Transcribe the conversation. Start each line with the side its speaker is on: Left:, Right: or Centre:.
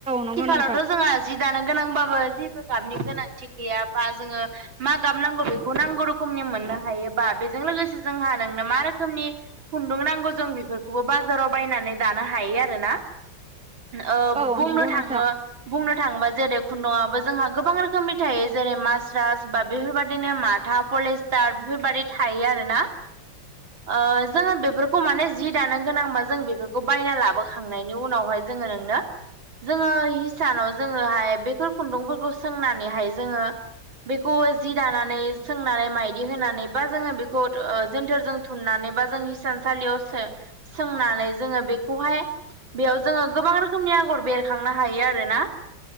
Centre: नंगौ
Right: आथिखालावथ'
Centre: नोंथां
Right: जोङा जि दानो गोनांबाबो जेबो गाबनि गोनांथि गैया बा जोङो मा गाबनांगौ बेखौ नांगौ रोखोमनि मोननो हायोबा बेजों लोगोसे जोंहा नोंनो मा रो खोमनि खुन्दुं नांगौ जों बेफोरखौबो बाजाराव बायनानै दानो हायो आरोना। ओ
Centre: औ
Right: बुंनो
Centre: नंगौ
Right: थाङो
Centre: नोंथां
Right: बुंनो थाङोबा जेरै खुन्दुंआबो जोंहा गोबां रोखोमनि थायो जेरै मास्रास बा बेफोरबायदिनो माथा पलेस्टार बेफोरबायदि थायो आरोना। ओ जोङो बेफोरखौ माने जि दानो गोनांबा जों बेफोर खौ बायना लाबोखांनायनि उनावहाय जोङो नोंनो जोङो हिसानाव जोङोहाय बेफोर खुन्दुंफोरखौ सोंनानैहाय जोङो बेखौ जि दानानै सोंनानै माइदि होनानै बा जोङो ओ बेखौ जोनथोरजों थुननानै बा जों हिसानसालियावो सो सोंनानै जोङो बेखौहाय बेयाव जोङो गोबां रोखोमनि आगर बेरखांनो हायो आरोना।